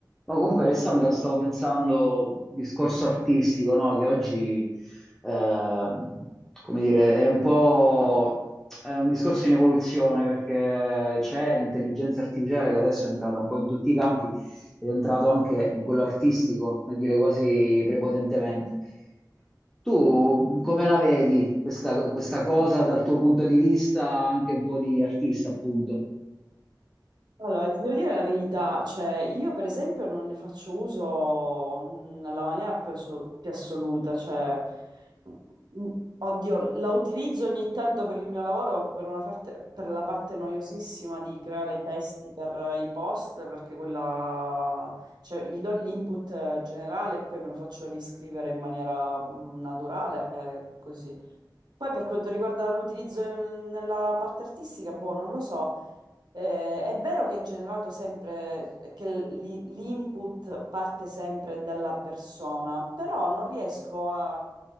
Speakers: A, in the centre; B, on the right (about 70°).
A: No, comunque Alessandra, stavo pensando, discorso artistico, no? Che oggi, eh, come dire, è un po' è un discorso in evoluzione perché c'è l'intelligenza artificiale che adesso è entrata un po' in tutti i campi ed è entrato anche in quello artistico, per dire quasi prepotentemente. Tu come la vedi questa, questa cosa dal tuo punto di vista anche un po' di artista, appunto?
B: Allora, ti devo dire la verità, cioè io per esempio non ne faccio uso mm, nella maniera più, asso- più assoluta, cioè mm, mm, oddio, la utilizzo ogni tanto per il mio lavoro, per una parte- per la parte noiosissima di creare i testi per eh, i post, perché quella, cioè gli do l'input eh, generale e poi me lo faccio riscrivere in maniera mm, naturale e così. Poi per quanto riguarda l'utilizzo in- nella parte artistica, boh, non lo so. Eh, è vero che è generato sempre, che l- l'input parte sempre dalla persona, però non riesco a,